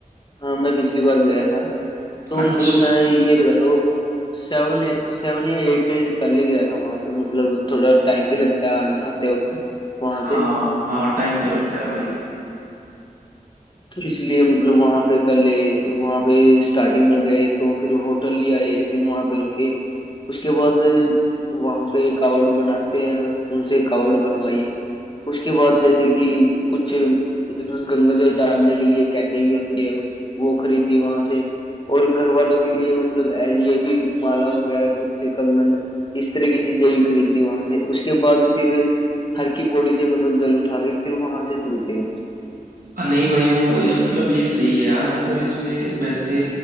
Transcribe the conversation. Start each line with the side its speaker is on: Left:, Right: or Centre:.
Left: हाँ मैं पिछली बार गया था तो
Right: अच्छा
Left: मतलब मैं ये लगा लो सेवन सेवन या एट डेज पहले गया था वहां पे मतलब थोड़ा टाइम भी लगता है आने- आते वक्त वहां से
Right: हाँ हाँ टाइम तो लगता है भाई
Left: तो इसलिए मतलब वहां पे पहले वहां पे स्टार्टिंग में गए तो फिर होटल लिया एक दिन वहां पे रुके उसके बाद वहां पे कावड़ बनाते हैं उनसे कावड़ बनवाई उसके बाद जैसे कि कुछ गंगा जल डालने के लिए कैनी भी होती है वो खरीदी वहां से और घर वालों के लिए मतलब ऐ- ये भी माला वगैरह कुछ कंगन इस तरह की चीजें भी खरीदी वहां से उसके बाद फिर हर की पौड़ी से मतलब जल उठा के फिर वहां से चलते हैं
Right: अ, नहीं भाई वो या- मतलब ये सही है यार मतलब इसमें वैसे